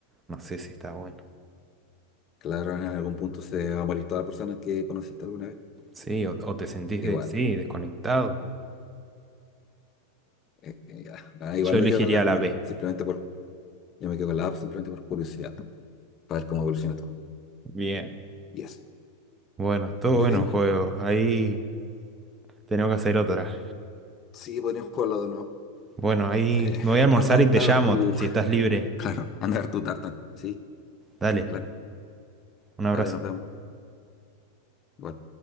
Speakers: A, on the right; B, on the left.
A: no sé si está bueno.
B: claro, en algún punto se va a morir toda la persona que conociste alguna vez,
A: Sí, o, o te sentís
B: igual,
A: de, sí, desconectado.
B: eh, eh, ya. Ah, igual
A: Yo
B: me
A: elegiría
B: quedo con la primera,
A: la B.
B: simplemente por, yo me quedo con la A, simplemente por curiosidad, para ver cómo evoluciona todo.
A: Bien.
B: Y eso.
A: Bueno, todo
B: Muy
A: bueno
B: bien.
A: el juego. Ahí tenemos que hacer otra.
B: Sí, podrían jugarlo de nuevo.
A: Bueno, ahí
B: Eh,
A: me voy a almorzar
B: anda, anda
A: y te llamo
B: a ver tu, <laughs>
A: si estás libre.
B: claro, anda a ver tu tarta. Sí,
A: Dale.
B: claro.
A: Un abrazo.
B: Vale, nos vemos. Igual.